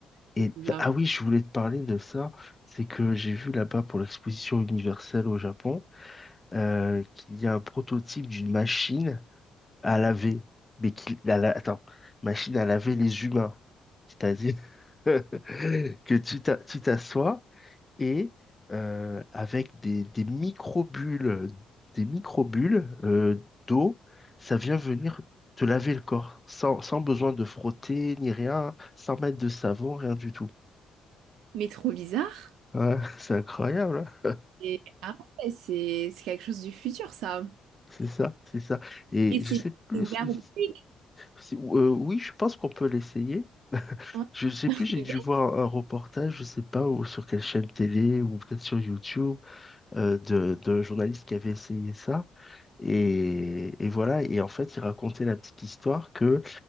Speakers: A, on the left; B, on the right.
A: Et
B: Bizarre.
A: d- ah oui, je voulais te parler de ça. C'est que j'ai vu là-bas pour l'exposition universelle au Japon, euh, qu'il y a un prototype d'une machine à laver. Mais qui, à la- attends, machine à laver les humains. C'est-à-dire <laughs> que tu t'a- tu t'assois et euh, avec des, des microbules, des microbules euh, d'eau, ça vient venir te laver le corps sans, sans besoin de frotter ni rien, sans mettre de savon, rien du tout.
B: Mais trop bizarre.
A: Ouais, <laughs> c'est incroyable, hein
B: Et ah ouais, c'est c'est quelque chose du futur, ça.
A: C'est ça, c'est ça. Et
B: Et c'est
A: je sais plus,
B: c'est ouvert
A: si-
B: au public.
A: si- euh, oui, je pense qu'on peut l'essayer.
B: hein,
A: Je sais
B: sur
A: plus, j'ai
B: le
A: dû
B: web
A: voir un reportage, je sais pas, ou sur quelle chaîne télé, ou peut-être sur YouTube, euh, de, d'un journaliste qui avait essayé ça. Et, et voilà, et en fait, il racontait la petite histoire que